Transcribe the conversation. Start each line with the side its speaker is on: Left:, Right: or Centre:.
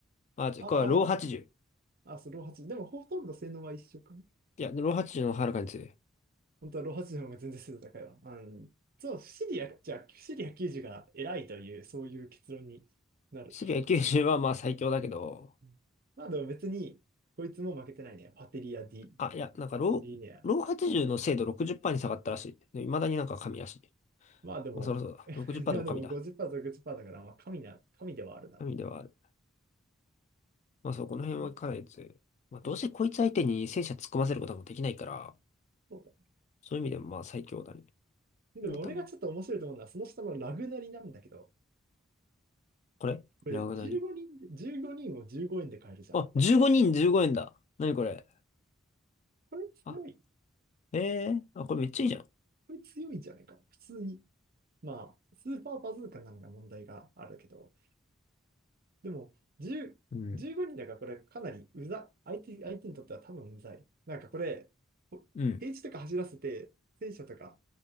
Left: あ、違うこれはロー80。
Right: ああ、あ、そう、ロー8。でもほとんど性能は一緒かな。
Left: いや、ロー80の方がはるかに強い。フ
Right: 本当はローハチの方が全然精度高いわ。うん。そう、シリア、じゃあ、シリア90が偉いという、そういう結論になる。
Left: シリア90はまあ最強だけど、
Right: うんまあでも別に、こいつも負けてないね。パテリア・ディ・
Left: あ、いや、なんかロー、
Right: リネア。
Left: ロー80の精度60%に下がったらしい。で、未だになんか神らしい。
Right: まあでも、
Left: まあそろそろだ。
Right: <laughs>
Left: 60%
Right: いやでも50%、
Left: でも神だ。
Right: 60%だから、まあ神な、神ではあるな。
Left: 神ではある。まあそう、この辺はかなり強い。
Right: うん
Left: まあどうせこいつ相手に戦車突っ込ませることもできないから、
Right: うんそう
Left: そういう意味でもまあ最強だね。
Right: だ。でも俺がちょっと面白いと思うのは、
Left: 多分、
Right: その下のラグナリなんだけど、
Left: これラグナリ。
Right: これ15人で、15人を15円で買えるじゃん。
Left: あ、15人15円だ。なにこれ。
Right: これ強い。
Left: あ、ええあ、これめっちゃいいじゃん。
Right: これ強いんじゃないか。普通に。まあ、スーパーバズーカなのが問題があるけど、でも、10、
Left: うん。
Right: 15人だからこれかなりうざ、相手、相手にとっては多分うざい。なんかこれ、
Left: うん。
Right: 平地とか走らせて、戦車とか、